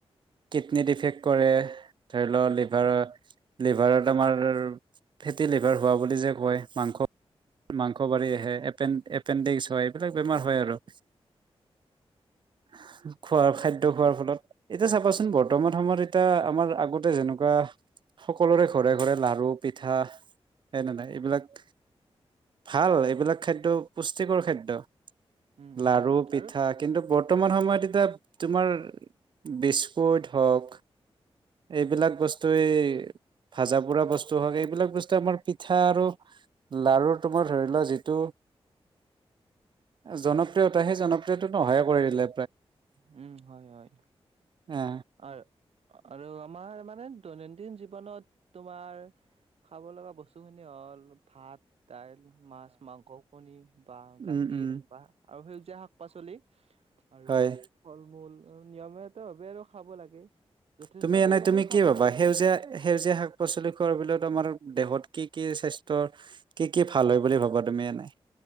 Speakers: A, on the right; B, on the right.
A: কিডনীত ইফেক্ট কৰে। ধৰি লও লিভাৰৰ,
B: উম, উম,
A: লিভাৰত <unintelligible> ফেটি লিভাৰ হোৱা বুলি যে কয়, মাংস মাংস
B: উম,
A: বাঢ়ি আহে এপেন এপ এপেণ্ডিক্স হয়, এইবিলাক বেমাৰ হয় আৰু। <inaudible> খোৱাৰ, খাদ্য
B: উম,
A: খোৱাৰ ফলত এতিয়া চাবাচোন, বৰ্তমান সময়ৰ এতিয়া আমাৰ আগতে যেনেকুৱা সকলোৰে ঘৰে ঘৰে লাৰু, পিঠা সেনে নাই এইবিলাক ভাল
B: উম,
A: এইবিলাক খাদ্য পুষ্টিকৰ খাদ্য।
B: উম, উম।
A: লাৰু, পিঠা
B: আৰু
A: বৰ্তমান সময়ত এতিয়া তোমাৰ বিস্কুট হওক, এইবিলাক বস্তুৱে ভাজা পুৰা বস্তু হওক, এইবিলাক বস্তুৱেই আমাৰ পিঠা আৰু লাৰু, তোমাৰ ধৰি লোৱা যিটো জনপ্ৰিয়তা হেই জনপ্ৰিয়তা টো ন সহায় কৰি দিলে
B: উম, হয়, হয়
A: অ
B: আৰ, আৰু আমাৰ মানে দৈনন্দিন জীৱনত তোমাৰ খাব লগা বস্তু খিনি হ'ল ভাত দাইল, মাছ, মাংস, কণী বা গাখীৰ
A: উম উম
B: বা আৰু সেউজীয়া শাক পাচলি আৰু
A: হয়
B: ফল মূল নিয়মিয়াত ভাৱে আৰু খাব লাগে। যথেষ্ট
A: তুমি এনেই,
B: পৰিমাণেও
A: তুমি
B: খাব
A: কি ভাবা
B: নালাগে।
A: সেউজীয়া, সেউজীয়া শাক পাচলি খোৱাৰ বিলত আমাৰ দেহত কি কি স্বাস্থ্যৰ কি কি ভাল হয় বুলি ভাবা তুমি এনেই?